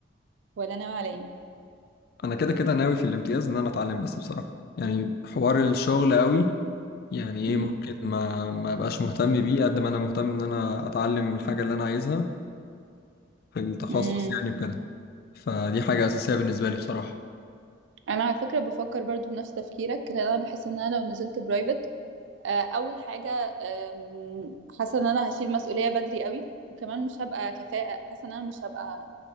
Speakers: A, on the right; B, on the left.
A: ولا ناوي على ايه
B: أنا كده كده ناوي في الامتياز إن أنا أتعلم بس بصراحة يعني حوار الشغل قوي يعني إيه
A: امم
B: ممكن ما ما أبقاش مهتم بيه قد ما أنا مهتم إن أنا أتعلم الحاجة اللي أنا عايزها في التخصص
A: امم
B: يعني وكده فدي حاجة أساسية بالنسبة لي بصراحة
A: انا على فكرة بفكر برضو بنفس تفكيرك لان انا بحس ان انا لو نزلت برايفت آه، اول حاجه آم، حاسه ان انا هشيل مسؤوليه بدري قوي وكمان مش هبقى كفاءه حاسه ان انا مش هبقى